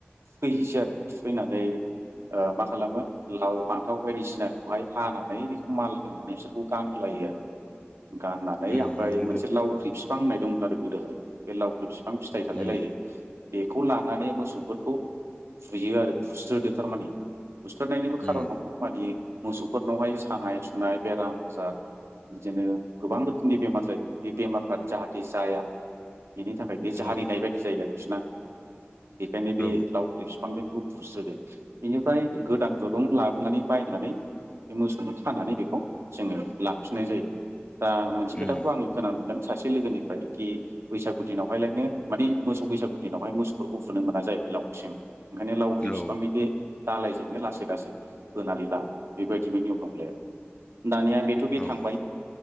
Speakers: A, on the right; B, on the left.
A: थुखैहैसै आरो थुखैनानै। मा खालामो लाव फान्थाव बायदिसिनाखौहाय हानानै बेखौ मान लोंनानै बिसोरखौ गानहोलायो। बिदि आरो। गाननानै
B: उम
A: ओमफ्राय
B: उम नंगौ
A: मोनसे लावख्रि बिफां होननाय दंमोन आरो गोदोहाय बे लावख्रि बिफां फिथाइ थालायलायो।
B: उम
A: बेखौ लानानै मोसौफोरखौ बुयो आरो बुस्रोदो थारमाने। बुस्रोदनायनिबो खारन
B: उम
A: दङ माने मोसौफोरनावहाय सानाय सुनाय बेराम आजार। बिदिनो गोबां रोखोमनि बेमार जायो बे बेमारफ्रा जाहाथे जाया। बिनि थाखाय बे जारिनाय
B: नंगौ
A: बायदि जायो बिसोरना बेखायनो बे
B: औ
A: लावख्रि बिफांजों मोसौफोरख बुस्रोदो बेनिफ्राय गोदान दुंरुं लाबोनानै बायनानै। बे मोसौखौ खानानै बेखौ जोङो लाफिननाय जायो दा मोनसे खोथाखौ
B: उम
A: आङो खोना मोनदों। सासे लोगोनिफ्राय कि बैसागु दिनावहाय लायनोनो माने मोसौ बैसागु। दिनावहाय मोसौफोरखौ बुनो मोना जाहैबाय लावथिजों ओंखायनो लावख्रि
B: औ
A: बिफांनि बे दालायजोंनो लासै लासै होनानै लाङो बेबायदिनो नियम दंलाय आरो। दानिया बेथ' बे
B: औ
A: थांबाय